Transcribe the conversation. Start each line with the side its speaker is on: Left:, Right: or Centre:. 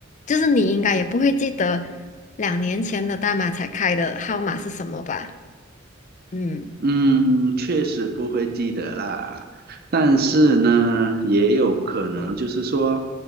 Left: 就是你应该也不会记得两年前的大马才开的号码是什么吧？嗯
Right: 嗯，确实不会记得啦，但是呢，也有可能就是说，